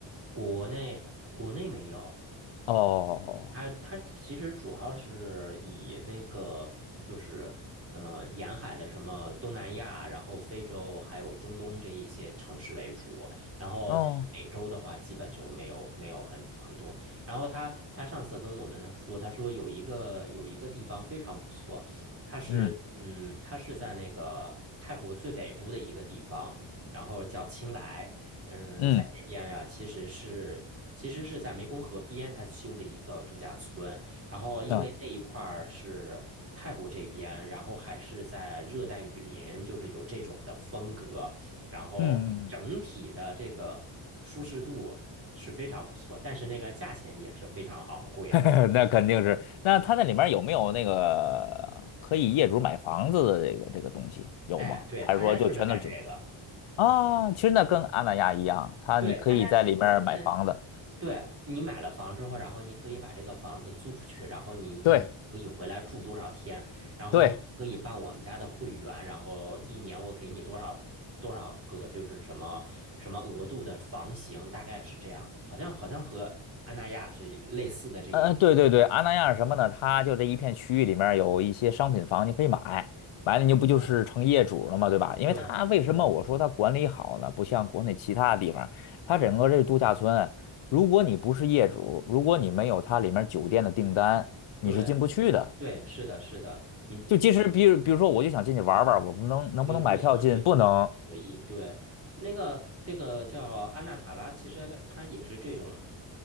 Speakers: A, on the right; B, on the left.
A: 国内国内没有，
B: 哦哦，
A: 它它其实主要是以那个就是呃沿海的什么东南亚，然后非洲还有中东这一些城市为主，然后像美洲的话，
B: 哦哦
A: 基本就没有没有很很多。然后他他上次跟我们说，他说有一个有一个地方非常不错，它是嗯它是在那个泰国最北部的一个地方。
B: 嗯
A: 然后叫清莱，嗯，
B: 嗯。
A: 在这边呀，其实是其实是在湄公河边，他修了一个度假村。然后因为那一块儿是泰国这边，
B: 啊，
A: 然后还是在热带雨林，就是有这种的风格，然后整体的这个舒适度是非常不错，
B: 嗯嗯
A: 但是那个价钱也是非常昂贵的。
B: 嗯，<laughs> 那肯定是。那它那里面有没有那个可以业主买房子的这个这个东西有吗？
A: 哎，对，
B: 还是说就全都是酒店
A: 他家就是干这个。
B: 啊？其实那跟阿那亚一样，它你可以在里面买房子。
A: 对，他家其实现在对，你买了房之后，然后你可以把这个房子租出去，然后你一年可以回来住多少天，
B: 对
A: 然后你可以办我们家的会员，
B: 对，
A: 然后一年我给你多少多少个，就是什么什么额度的房型，大概是这样，好像好像和安那亚是类似的这一种。
B: 嗯，对对对，阿那亚是什么呢？它就这一片区域里面儿有一些商品房，你可以买，买了你就不就是成业主了吗？
A: 嗯，
B: 对吧？因为它为什么我说它管理好呢？
A: 对
B: 不像国内其他地方，它整个这度假村，如果你不是业主，如果你没有它里面酒店的订单，
A: 对
B: 你是进不去的。
A: 对，是的，是的，你
B: 就即使比如比如说，我就想进去玩儿玩儿我不能能不能买票进？
A: 嗯，不行，也不
B: 不能。
A: 可以。对，那个这个叫安娜塔拉，其实它它也是这种，